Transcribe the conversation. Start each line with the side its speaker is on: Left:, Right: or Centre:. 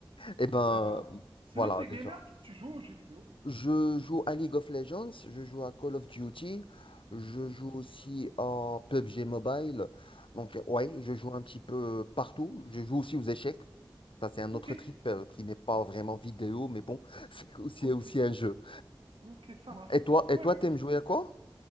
Left: Et ben
Right: Ouais, voilà. Sinon,
Left: voilà
Right: t'es
Left: déjà.
Right: gamer, tu joues aux jeux vidéo.
Left: Je joue à League of Legends, je joue à Call of Duty, je
Right: Oui.
Left: joue aussi à PUBG Mobile. Donc, euh, ouais, je joue un petit peu partout. Je joue aussi aux échecs. Ça, c'est un
Right: Ok.
Left: autre trip euh, qui n'est pas vraiment vidéo, mais bon, <laughs> c'est aussi,
Right: Ok,
Left: aussi un jeu.
Right: ok, ça marche.
Left: Et toi,
Right: Ah
Left: et
Right: ouais,
Left: toi,
Right: ouais,
Left: t'aimes jouer
Right: ouais.
Left: à quoi?